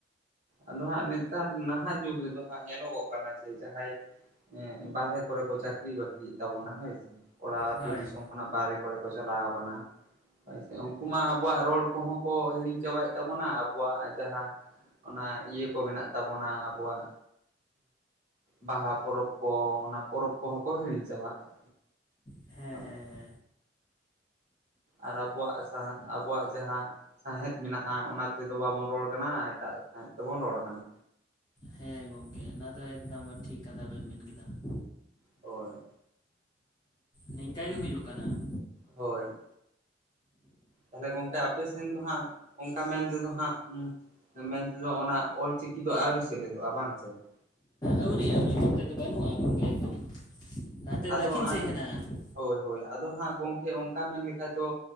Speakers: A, on the right; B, on the left.
A: ᱟᱫᱚ ᱦᱟᱸᱜ ᱱᱮᱛᱟᱨ ᱱᱟᱦᱟᱜ ᱡᱩᱜᱽ ᱨᱮᱫᱚ ᱦᱟᱸᱜ ᱧᱮᱞᱚᱜᱚᱜ ᱠᱟᱱᱟ ᱡᱮ ᱡᱟᱦᱟᱸᱭ᱾ ᱮ ᱵᱟᱦᱨᱮ ᱠᱚᱨᱮ ᱠᱚ ᱪᱟᱠᱨᱤ-ᱵᱟᱠᱨᱤ ᱮᱫ ᱛᱟᱵᱚᱱᱟ ᱦᱳᱭ᱾ ᱚᱲᱟᱜ ᱟᱹᱛᱩ
B: ᱦᱳᱭ
A: ᱫᱤᱥᱚᱢ ᱠᱷᱚᱱᱟᱜ ᱵᱟᱦᱨᱮ ᱠᱚᱨᱮ ᱠᱚ ᱪᱟᱞᱟᱣ ᱠᱟᱱᱟ ᱦᱳᱭ ᱥᱮ᱾ ᱩᱱᱠᱩ ᱢᱟ ᱟᱵᱚᱣᱟᱜ ᱨᱚᱲ ᱠᱚᱦᱚᱸ ᱠᱚ ᱦᱤᱲᱤᱧ ᱪᱟᱵᱟᱭᱮᱫ ᱛᱟᱵᱚᱱᱟ ᱟᱵᱚᱣᱟᱜ ᱡᱟᱦᱟᱸ᱾ ᱚᱱᱟ ᱤᱭᱟᱹ ᱠᱚ ᱢᱮᱱᱟᱜ ᱛᱟᱵᱚᱱᱟ ᱟᱵᱚᱣᱟᱜ ᱵᱟᱦᱟ ᱯᱚᱨᱚᱵᱽ ᱠᱚ, ᱚᱱᱟ ᱯᱚᱨᱚᱵᱽ ᱠᱚᱦᱚᱸ ᱠᱚ ᱦᱤᱲᱤᱧ ᱪᱟᱵᱟ ᱠᱟᱜ᱾
B: ᱦᱮᱸ ᱦᱮᱸ
A: ᱦᱳᱭ ᱥᱮ,
B: ᱦᱮᱸ,
A: ᱟᱨ ᱟᱵᱚᱣᱟᱜ ᱥᱟᱦᱟ ᱟᱵᱚᱣᱟᱜ ᱡᱟᱦᱟᱸ ᱥᱟᱸᱣᱦᱮᱫ ᱢᱮᱱᱟᱜ-ᱟ ᱚᱱᱟ ᱛᱮᱫᱚ ᱵᱟᱵᱚᱱ ᱨᱚᱲ ᱠᱟᱱᱟ ᱮᱴᱟᱜ ᱥᱟᱸᱣᱦᱮᱫ ᱛᱮᱵᱚᱱ ᱨᱚᱲ ᱠᱟᱱᱟ᱾
B: ᱦᱮᱸ ᱜᱚᱝᱠᱮ ᱚᱱᱟ ᱫᱚ ᱮᱠᱫᱚᱢ ᱴᱷᱤᱠ ᱠᱟᱛᱷᱟ ᱵᱮᱱ ᱢᱮᱱ ᱠᱮᱫᱟ ᱾
A: ᱦᱳᱭ,
B: ᱱᱤᱝᱠᱟᱜᱮ ᱦᱩᱭᱩᱜ ᱠᱟᱱᱟ ᱾
A: ᱦᱳᱭ, ᱛᱟᱦᱸᱞᱮ ᱜᱚᱝᱠᱮ ᱟᱯᱮ ᱥᱮᱱ ᱫᱚ ᱦᱟᱸᱜ, ᱚᱱᱠᱟ ᱢᱮᱱ ᱛᱮᱫᱚ ᱦᱟᱸᱜ ᱩ ᱢᱮᱱ ᱛᱮᱫᱚ ᱚᱱᱟ ᱚᱞ ᱪᱤᱠᱤ ᱫᱚ ᱟᱹᱣᱨᱤ ᱥᱮᱞᱮᱫᱚᱜ-ᱟ ᱵᱟᱝ ᱥᱮ ᱾
B: ᱟᱹᱣᱨᱤ ᱟᱹᱣᱨᱤ ᱚᱱᱛᱮ ᱫᱚ ᱵᱟᱹᱱᱩᱜ-ᱟ ᱜᱚᱢᱠᱮ ᱮᱠᱫᱚᱢ, ᱱᱟᱛᱮ
A: ᱟᱫᱚ
B: ᱫᱟᱠᱷᱤᱱ ᱥᱮᱫ
A: ᱟᱨ
B: ᱦᱮᱱᱟᱜ-ᱟ ᱾
A: ᱦᱳᱭ ᱦᱳᱭ, ᱟᱫᱚ ᱦᱟᱸᱜ ᱜᱚᱝᱠᱮ ᱚᱱᱠᱟ ᱢᱮᱱ ᱞᱮᱠᱷᱟᱡ ᱫᱚ